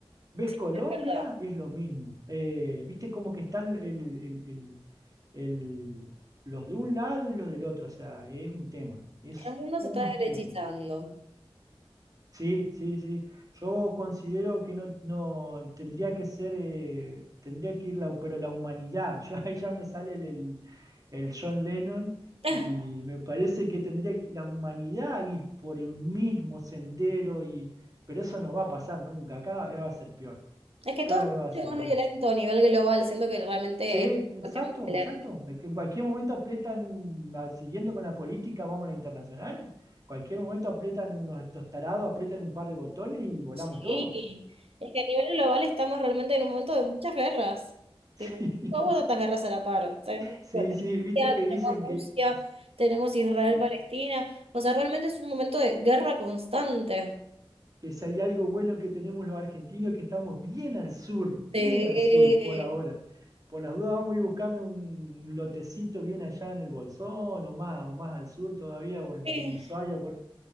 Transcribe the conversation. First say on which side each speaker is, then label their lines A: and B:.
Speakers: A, on the right (about 40°); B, on the right (about 80°).
A: ves
B: sí,
A: Colombia,
B: es verdad.
A: es lo mismo. Eh, viste como que están el- el- el- el- los de un lado y los del otro, o sea, es un tema, es
B: El mundo
A: un
B: se está derechizando.
A: tema. Sí, sí, sí. Yo considero que no, no tendría que ser, eh, tendría que ir la, pero la humanidad. Yo <laughs> ahí ya me sale el, el- el John Lennon
B: <laughs>
A: y me parece que tendría que la humanidad ir por el mismo sendero y, pero eso no va a pasar nunca. Cada vez va a ser peor.
B: Es que
A: Cada
B: todo
A: vez va a ser
B: es mucho
A: peor.
B: más violento a nivel global, siento que realmente
A: Sí, exacto,
B: es cuestión de violencia.
A: exacto. Es que en cualquier momento aprietan, un- va- siguiendo con la política, vamos a la internacional. cualquier momento aprietan unos estos tarados, aprietan un par de botones y volamos
B: Sí,
A: todo.
B: es que a nivel global estamos realmente en un momento de muchas guerras.
A: <laughs>
B: Tipo, no hubo tantas guerras a la par. Tenemos
A: Sí,
B: Turquía,
A: sí, viste que dicen
B: tenemos
A: que,
B: Rusia,
A: que, que
B: tenemos Israel,
A: sí,
B: Palestina. O sea, realmente es un momento de guerra constante.
A: que si hay algo bueno que tenemos los argentinos, que estamos bien al sur, bien
B: Sí,
A: al sur por ahora. Por las dudas vamos a ir buscando un lotecito bien allá en el Bolsón o más, o más al sur todavía, o en, en
B: sí,
A: Ushuaia por-